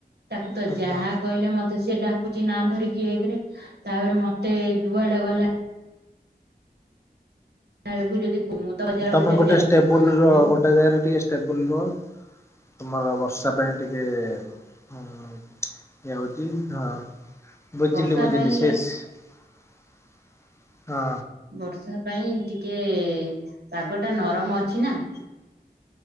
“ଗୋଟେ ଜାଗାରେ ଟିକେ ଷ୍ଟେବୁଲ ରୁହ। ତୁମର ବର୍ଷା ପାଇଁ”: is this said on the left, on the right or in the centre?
Left